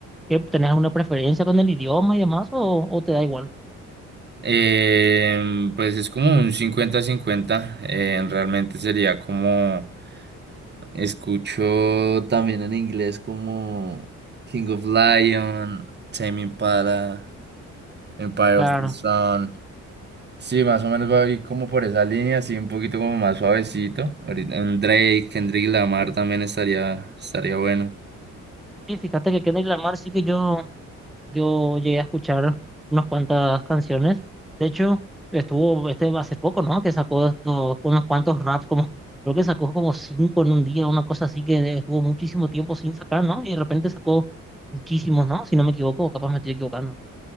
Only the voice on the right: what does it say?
Em, pues es como un cincuenta-cincuenta. em, realmente sería como... Escucho también en inglés como King of Lion, Tame Impala. Empire
of the Sun. Sí, más o menos va a ir como por esa línea, así un poquito como más suavecito. Ahorita un Drake, Kendrick Lamar también estaría, estaría bueno.